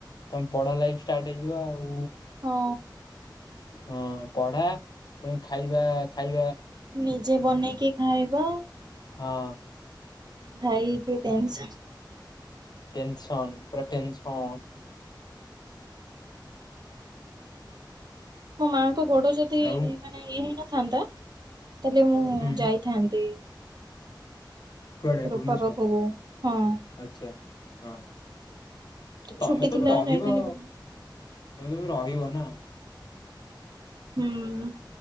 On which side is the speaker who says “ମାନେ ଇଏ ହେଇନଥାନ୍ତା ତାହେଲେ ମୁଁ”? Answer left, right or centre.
Right